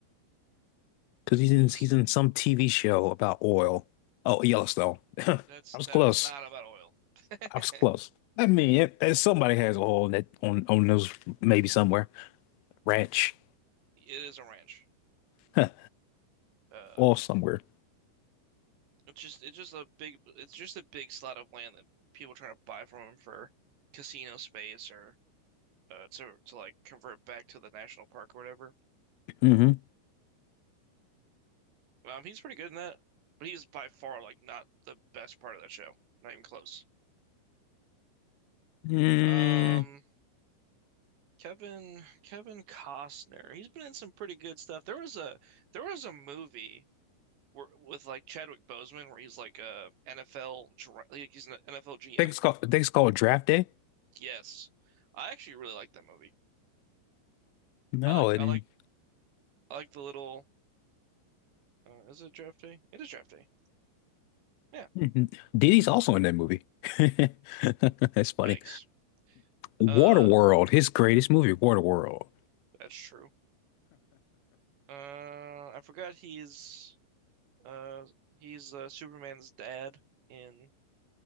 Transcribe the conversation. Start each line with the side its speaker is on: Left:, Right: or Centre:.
Left: because he's
Right: He's
Left: in he's in some TV show about oil. Oh, Yellowstone. <laughs> I
Right: that's
Left: was
Right: that
Left: close.
Right: is not about oil. <laughs>
Left: I was close. I mean, if, if somebody has oil in that on on those maybe somewhere ranch
Right: It is a ranch.
Left: <laughs> huh,
Right: Uh,
Left: oil somewhere.
Right: it's just it's just a big it's just a big slot of land that people trying to buy from him for casino space or uh to to like convert back to the national park or whatever.
Left: Mm-hmm.
Right: Um, he's pretty good in that, but he's by far like not the best part of that show. Not even close.
Left: Mm,
Right: Um,
Left: I
Right: Kevin Kevin Costner. He's been in some pretty good stuff. There was a there was a movie where with like Chadwick Boseman where he's like a NFL dr- like he's an NFL GM.
Left: think it's called I think it's called Draft Day.
Right: Yes. I actually really like that movie.
Left: No,
Right: I like
Left: and
Right: I like I like the little uh, is it draft day? It is draft day. Yeah.
Left: mhm. Diddy's also in that movie. <laughs> That's funny.
Right: Yikes.
Left: Waterworld,
Right: Uh
Left: his greatest movie, Waterworld.
Right: that's true. Uh I forgot he's uh he's uh Superman's dad in